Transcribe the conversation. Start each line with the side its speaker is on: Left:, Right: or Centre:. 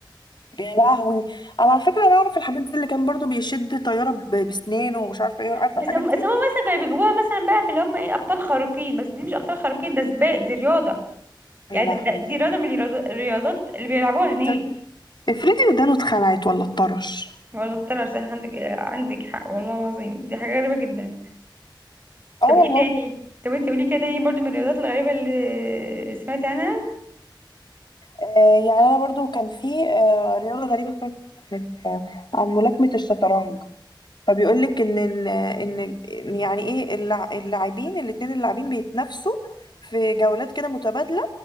Left: يا لهوي انا على فكره انا اعرف الحاجات دي اللي كان برضو بيشد طياره ب- بسنانه ومش عارفه ايه عارفه
Right: بس
Left: الحاجات
Right: هم
Left: دي
Right: بس هم مثلا كانوا بيجيبوها مثلا بقى في اللي هم ايه ابطال خارقين بس دي مش ابطال خارقين ده سباق دي رياضة يعني
Left: يا لهوي
Right: ده ده- دي رياضة من الرياض- الرياضات اللي بيلعبوها هناك
Left: طب افرضي ودانه اتخلعت ولا اتطرش
Right: ولا طلع صح عندك عندك حق والله العظيم دي حاجة غريبة جدا
Left: اه
Right: طب ايه
Left: والله
Right: تاني طب انت قولي كده تاني برضو من الرياضات الغريبة اللي سمعت عنها
Left: آه يعني انا برضو كان في آه رياضه غريبه سمعت عنها كانت آه عن ملاكمه الشطرنج فبيقول لك ان ان ان إن يعني ايه اللع- اللاعبين الاثنين اللاعبين بيتنافسوا في جولات كده متبادله